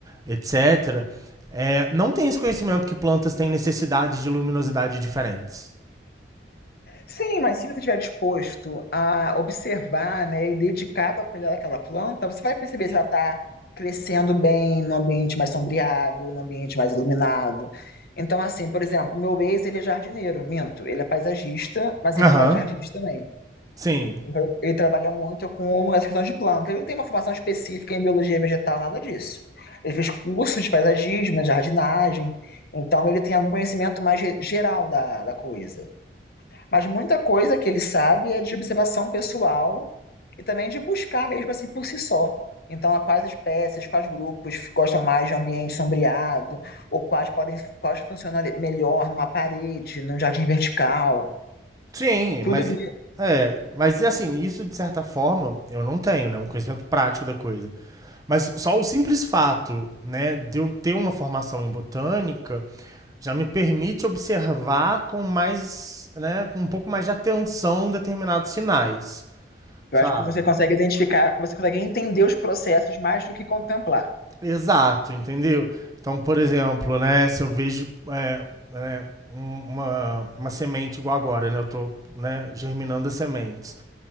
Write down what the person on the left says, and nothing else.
Sim, mas se você estiver disposto a observar, né, e dedicado a cuidar daquela planta, você vai perceber se ela está crescendo bem no ambiente mais sombreado, no ambiente mais iluminado. Então, assim, por exemplo, meu ex, ele é jardineiro, minto, ele é paisagista, mas
ele faz jardins também.
Então, ele trabalha muito com essa questão de planta. Ele não tem uma formação específica em biologia vegetal, nada disso. Ele fez curso de paisagismo, de jardinagem, então ele tem algum conhecimento mais ge- geral da, da coisa. Mas muita coisa que ele sabe é de observação pessoal e também de buscar mesmo assim por si só. Então, a quais espécies, quais grupos gostam mais de um ambiente sombreado, ou quais podem, quais funcionam melhor numa parede, num jardim vertical.
Tudo
isso.
Eu
acho que você consegue identificar, você consegue entender os processos mais do que contemplar.